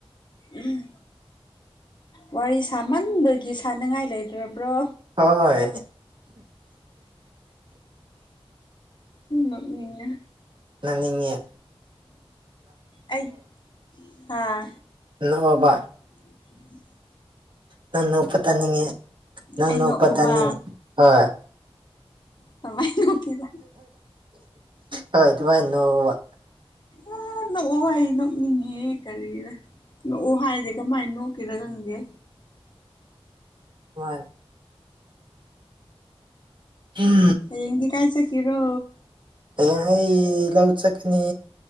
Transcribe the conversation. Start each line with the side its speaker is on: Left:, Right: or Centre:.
Left: ꯎꯝ ꯋꯥꯔꯤ ꯁꯥꯃꯟꯕꯒꯤ ꯁꯅꯤꯡꯉꯥꯏ ꯂꯩꯇ꯭ꯔꯕ꯭ꯔꯣ
Right: ꯍꯣꯏ
Left: ꯃꯤꯅ
Right: ꯅꯪꯅꯤꯡꯉ
Left: ꯑꯩ ꯍꯥꯥ
Right: ꯅꯕꯕꯥ
Left: ꯎ
Right: ꯅꯅ ꯎꯄꯥ ꯇꯥꯅꯤꯡꯉ ꯅꯪꯅ
Left: ꯑꯩ ꯅꯣꯛꯑꯣꯕ
Right: ꯄꯊꯅꯤ ꯍꯣꯏ
Left: ꯀꯃꯥꯏ ꯂ ꯀꯗ
Right: ꯍꯣꯏ ꯑꯗꯨꯃꯥꯏꯅꯅꯣ
Left: ꯑ ꯅꯣꯛꯑꯣ ꯑꯩ ꯅꯣꯛꯅꯤꯡꯉꯦ ꯀꯔꯤꯗ ꯅꯣꯛꯑꯣ ꯍꯥꯏꯁꯦ ꯀꯃꯥꯏꯅ ꯅꯣꯛꯀꯔꯥ ꯈꯪꯗꯦ
Right: ꯍꯣꯏ ꯎꯝ
Left: ꯍꯌꯦꯡꯗꯤ ꯀꯥꯏ ꯆꯠꯀꯦꯔꯣ
Right: ꯑ ꯍꯌꯦꯡ ꯑꯩ ꯂꯧ ꯆꯠꯀꯅꯤ